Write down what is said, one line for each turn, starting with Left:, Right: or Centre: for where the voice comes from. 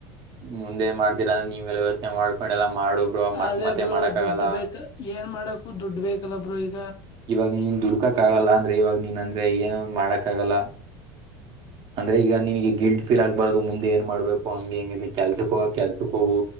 Right: ಮುಂದೆ ಮಾಡ್ತೀರ ಅೆ ನೀವ ಯೋಚನೆ ಮಾಡ್ ಕೊಂಡೆಲ್ಲಾ ಮಾಡು ಬ್ರೋ ಮತ್
Left: ಅದೇ
Right: ಮತ್ತೆ
Left: ಬ್ರೋ
Right: ಮಾಡಕ್
Left: ದುಡ್ಡು
Right: ಆಗಲ್ಲ
Left: ಬೇಕ ಏನ್ ಮಾಡಕು ದುಡ್ ಬೇಕಲ್ಲ ಬ್ರೋ ಇದು
Right: ಇವಾಗ ನೀ ದುಡ್ ಹಕ್ಕಗಲ್ಲ ಅಂದ್ರೆವಾಗ ನೀನ್ ಅಂದ್ರೆ ಏನು ಮಾಡಕ್ ಕಾಗಲ ಅಂದ್ರೆ ಈಗ ನಿನ್ಗೆ ಗಿಲ್ಟ್ ಫೀಲ್ ಆಗ್ಬಾರದು ಮುಂದೆ ಏನ್ ಮಾಡ್ಬೇಕು ಹಂಗೆ ಇಂಗೆ ನಿನ್ ಕೆಲ್ಸಕ್ ಹೋಗ ಕೆಲ್ಸಕ್ ಹೋಗು